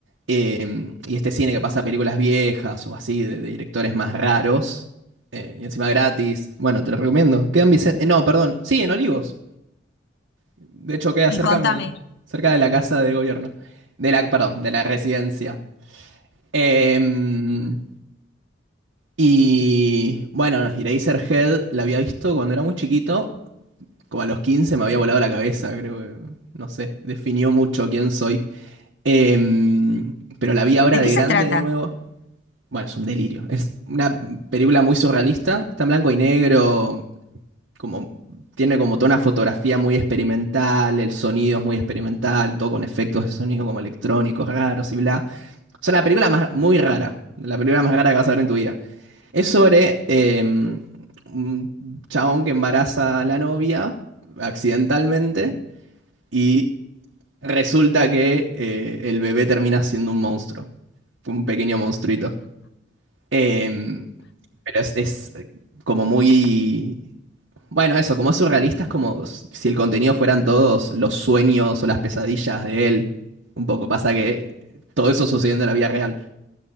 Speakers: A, on the right; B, on the left.
A: Em, y este cine que pasa películas viejas o así, de, de directores más raros. eh, y encima gratis. Bueno, te lo recomiendo. Quedan Vicente. no, perdón. Sí, en Olivos. De hecho, queda
B: Y
A: cerca,
B: contame,
A: cerca de la casa de gobierno. De la, perdón, de la residencia. Em, Y bueno, Eraserhead la había visto cuando era muy chiquito, como a los 15 me había volado la cabeza, creo que, no sé, definió mucho quién soy. Em, pero la vi ahora
B: ¿de
A: de
B: qué se
A: grande
B: trata?
A: de nuevo. Bueno, es un delirio. Es una película muy surrealista, está en blanco y negro, como tiene como toda una fotografía muy experimental, el sonido es muy experimental, todo con efectos de sonido como electrónicos raros y bla. O sea, la película más, muy rara, la película más rara que vas a ver en tu vida. Es sobre eh, un chabón que embaraza a la novia accidentalmente y resulta que eh, el bebé termina siendo un monstruo, un pequeño monstruito. Eh, pero es, es como muy... Bueno, eso, como es surrealista, es como si el contenido fueran todos los sueños o las pesadillas de él. Un poco pasa que todo eso sucediendo en la vida real.